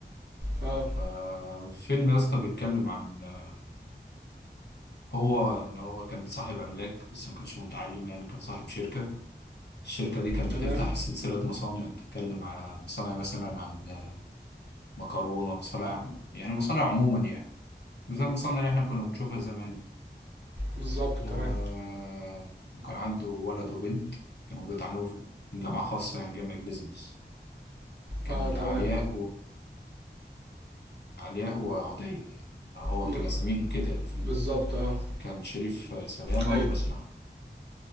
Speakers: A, on the right (about 70°); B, on the left (about 70°).
A: اه
B: آه فيلم يا اسطى بيتكلم عن آه، هو ان هو كان صاحب املاك بس ما كانش متعلم يعني كان صاحب شركة الشركة دي كانت
A: تمام
B: بتفتح سلسلة مصانع بتتكلم على مصانع مثلا عن مكرونة مصانع يعني مصانع عموما يعني زي المصانع اللي احنا كنا بنشوفها زمان
A: بالظبط
B: و-
A: تمام
B: وكان عنده ولد وبنت كانوا بيتعلموا في جامعة خاصة يعني جامعة بيزنس كان
A: اه تمام
B: علياء وعلياء وعدي يعني، هو
A: و-
B: كان أساميهم كده يعني في-
A: بالظبط اه
B: كان شريف سلامة
A: ايوه
B: وبسمة